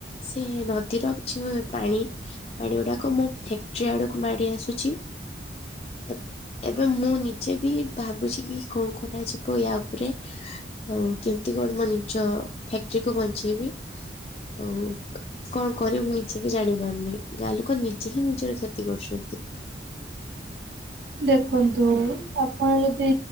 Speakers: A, on the left (about 35°); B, on the right (about 70°).
A: ସେ ନଦୀର ଯଉ ପାଣି ପାଣି ଗୁଡାକ ମୋ ଫ୍ୟାଟ୍ରି ଆଡକୁ ମାଡି ଆସୁଛି ଏ ଏବେ ମୁଁ ନିଜେ ବି ଭାବୁଛି କି କଣ ଖରା ଯିବ ୟା ଉପରେ ଆଉ କେମିତି କଣ ମୋ ନିଜ ଫ୍ୟାକ୍ଟ୍ରି କୁ ବଞ୍ଚେଇବି ହଉ କଣ କରିବୁ ନିଜେ ବି ଜାଣିପାରୁନି ଗାଁ ଲୋକ ନିଜେ ହିଁ ନିଜର କ୍ଷତି କରୁଛନ୍ତି।
B: ଦେଖନ୍ତୁ ଆପଣ ଯଦି